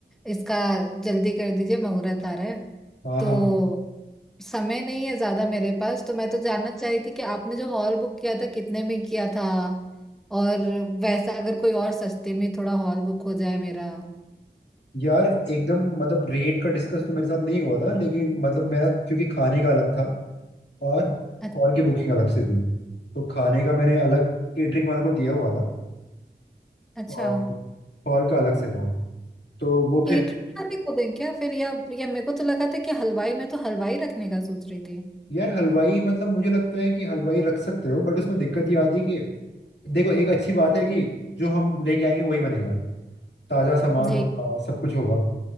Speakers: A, in the centre; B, on the left (about 70°).
A: इसका जल्दी कर दीजिए मुहूर्त आ रहा है
B: हाँ
A: तो
B: हाँ
A: समय नहीं है ज्यादा मेरे पास तो मैं तो जानना चाह रही थी कि आपने जो हॉल बुक किया था कितने में किया था और वैसा अगर कोई और सस्ते में थोड़ा हॉल बुक हो जाए मेरा
B: यार एकदम मतलब रेट का डिस्कस तो मेरे साथ नहीं हुआ था लेकिन मतलब मेरा क्योंकि खाने का अलग था और
A: अच-
B: हॉल की बुकिंग अलग से थी तो खाने का मैंने अलग केटरिंग वालों को दिया हुआ था
A: अच्छा
B: और फॉल का अलग से था तो वो
A: केटरिंग
B: फिर
A: वाले को दें क्या फिर या या मेरे को तो लगा था कि हलवाई मैं तो हलवाई रखने का सोच रही थी
B: यार हलवाई मतलब मुझे लगता है कि हलवाई रख सकते हो बट उसमें दिक्कत ये आती है कि देखो एक अच्छी बात है कि जो हम लेके आएंगे वही बनेगा ताजा सामान
A: जी
B: होगा सब कुछ होगा